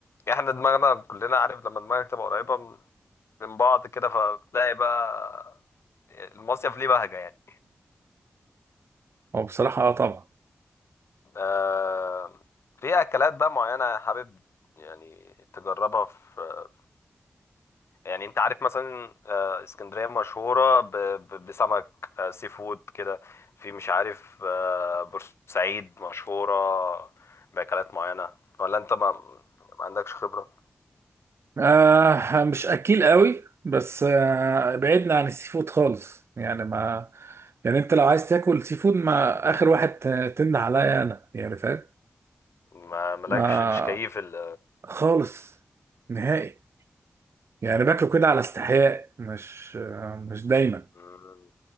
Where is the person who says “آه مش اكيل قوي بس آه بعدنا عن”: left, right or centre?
Right